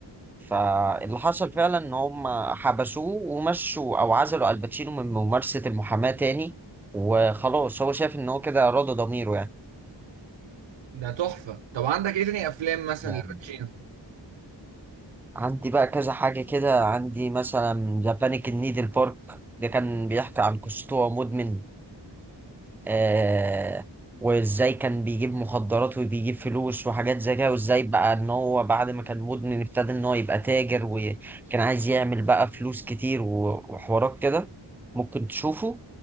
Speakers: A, in the centre; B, on the right.
A: فاللي حصل فعلا ان هم حبسوه ومشوا او عزلوا الباتشينو من ممارسة المحاماة تاني وخلاص هو شايف ان هو كده راضى ضميره يعني
B: ده تحفة طب عندك ايه تاني افلام مثلا
A: يعني
B: لباتشينو
A: عندي بقى كذا حاجة كده عندي مثلا ذا بانيك ان نيدل بارك ده كان بيحكي عن قصته وهو مدمن آه وازاي كان بيجيب مخدرات وبيجيب فلوس وحاجات زي كده وازاي بقى ان هو بعد ما كان مدمن ابتدى ان هو يبقى تاجر وكان عايز يعمل بقى فلوس كتير و- وحوارات كده ممكن تشوفه